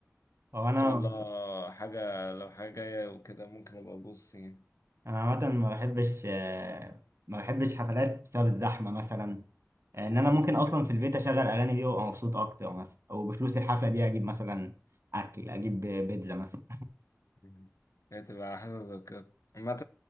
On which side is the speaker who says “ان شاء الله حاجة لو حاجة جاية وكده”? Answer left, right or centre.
Left